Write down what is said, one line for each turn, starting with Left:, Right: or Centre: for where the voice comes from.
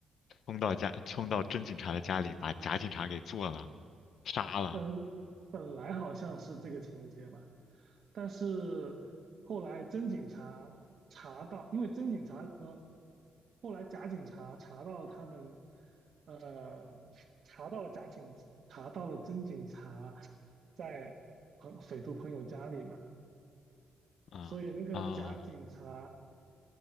Left: 冲到家，冲到真警察的家里，把假警察给做了，杀了。
Right: 本本来好像是这个情节吧，但是后来真警察查到，因为真警察呃，后来假警察查到了他们，呃，查到了假警，查到了真警察在朋匪徒朋友家里嘛。
Left: 啊啊！
Right: 所以那个假警察